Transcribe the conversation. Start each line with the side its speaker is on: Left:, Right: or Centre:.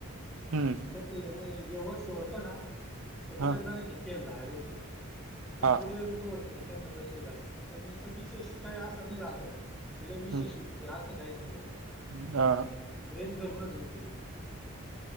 Right: हम्म.
Centre: तस ये नाही हे वर्ष होतं ना तर बऱ्याच
Right: हा
Centre: जणांचे फेल झाले होती. असे
Right: हा
Centre: थोडे लोक होते का त्यांना पैसे झाले पण मग का विशेष काही असं नाही झालं. लई विशेष
Right: हम्म
Centre: विकले असं काही नाही झालं.
Right: <inaudible>
Centre: रेंज धरूनच विकली.